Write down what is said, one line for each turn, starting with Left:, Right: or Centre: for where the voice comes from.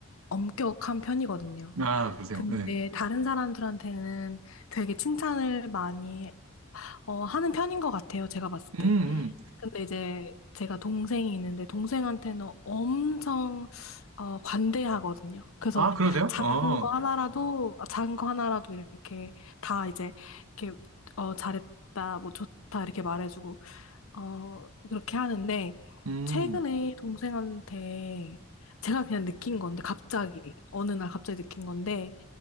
Left: 엄격한 편이거든요.
Right: 아, 그러세요.
Left: 근데
Right: 네.
Left: 다른 사람들한테는 되게 칭찬을 많이 어, 하는 편인 것 같아요, 제가 봤을 때.
Right: 음, 음.
Left: 근데 이제 제가 동생이 있는데 동생한테는 엄청 어, 관대하거든요. 그래서
Right: 아, 그러세요?
Left: 작은
Right: 어,
Left: 거 하나라도 아, 작은 거 하나라도 이렇게 다 이제 이렇게 어, 잘했다, 뭐 좋다 이렇게 말해주고 어, 그렇게 하는데
Right: 음,
Left: 최근에 동생한테 제가 그냥 느낀 건데 갑자기 어느 날 갑자기 느낀 건데